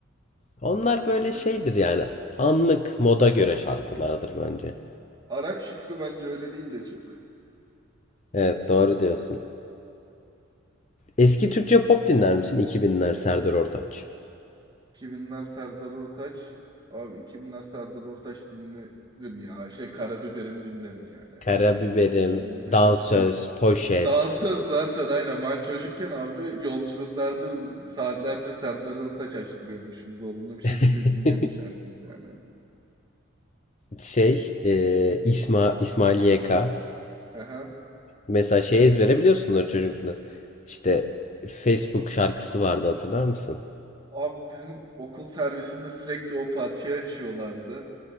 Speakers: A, on the left; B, on the right.
A: Onlar böyle
B: Türkçe
A: şeydir
B: bu.
A: yani. Anlık moda göre şarkılardır bence.
B: Arap Şükrü bence öyle değil de çok.
A: Evet doğru diyorsun. Eski Türkçe pop dinler misin? 2000'ler Serdar Ortaç.
B: 2000'ler Serdar Ortaç. Abi 2000'ler Serdar Ortaç dinlerim ya. Şey Karabiberim dinlerim yani.
A: Karabiberim,
B: Şimdi düşününce.
A: Dansöz, Poşet.
B: Dansöz zaten aynen. Ben çocukken abi yolculuklarda saatlerce Serdar Ortaç açtırıyormuşum. Zorunlu bir şekilde
A: <laughs>
B: dinliyormuş herkes yani.
A: Şey, e, İsma, İsmail YK.
B: Aha.
A: Mesela şey ezbere biliyorsundur çocukluğunda. İşte Facebook şarkısı vardı hatırlar mısın?
B: Abi bizim okul servisinde sürekli o parçayı açıyorlardı.